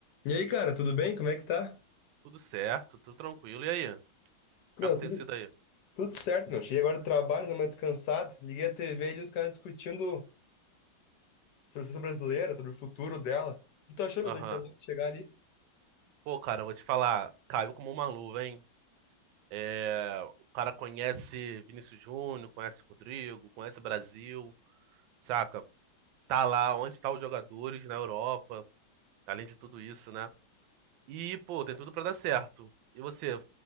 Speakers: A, on the left; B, on the right.
A: E aí, cara, tudo bem? Como é que tá?
B: Tudo certo, tudo tranquilo. E aí?
A: Meu,
B: Como é que tem
A: tudo,
B: sido aí?
A: tudo certo, meu. Cheguei agora do trabalho, dei uma descansada. Liguei a TV ali, os caras discutindo sobre a seleção brasileira, sobre o futuro dela. O que tu achou, meu,
B: Aham.
A: do Ancelotti chegar ali?
B: Pô, cara, eu vou te falar, caiu como uma luva, hein? É, o cara conhece Vinícius Júnior, conhece Rodrigo, conhece Brasil, saca? Tá lá onde tá os jogadores na Europa, além de tudo isso, né? E, pô, tem tudo pra dar certo. E você,